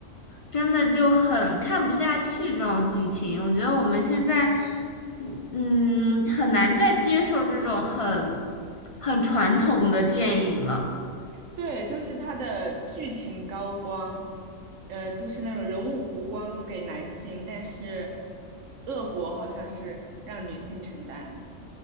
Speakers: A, on the left; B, on the right.
A: 真的就很看不下去这种剧情。我觉得我们现在，嗯，很难再接受这种很很传统的电影了。
B: 对，就是他的剧情高光，呃，就是那种人物弧光都给男性，但是恶果好像是让女性承担。